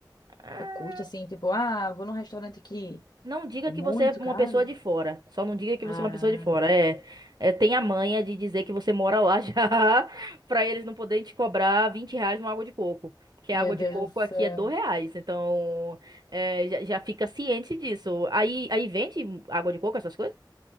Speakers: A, on the right; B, on the left.
A: É.
B: o custo, assim, tipo, ah, vou num restaurante aqui.
A: Não diga
B: É
A: que
B: muito
A: você é uma
B: caro?
A: pessoa de fora. Só não diga que
B: Ah,
A: você é uma pessoa de fora. É, é, tem a manha de dizer que você mora lá já, <laughs> pra eles não poderem te cobrar 20 reais numa água de coco. Porque a
B: meu
A: água
B: Deus
A: de coco
B: do céu.
A: aqui é dois reais. Então, é, já, já fica ciente disso. Aí, aí vende água de coco, essas coisas?